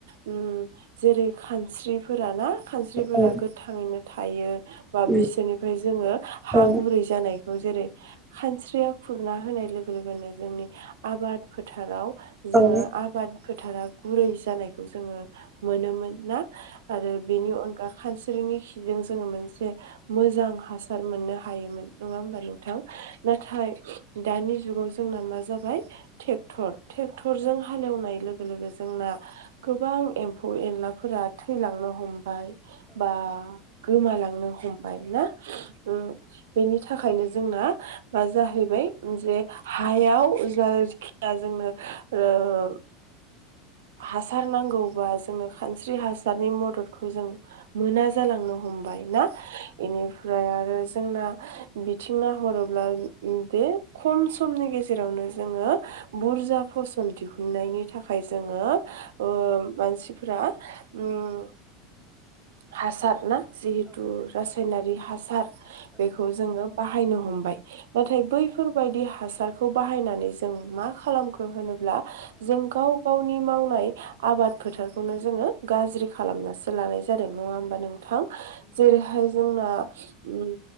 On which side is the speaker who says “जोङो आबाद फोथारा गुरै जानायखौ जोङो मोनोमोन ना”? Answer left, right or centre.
Right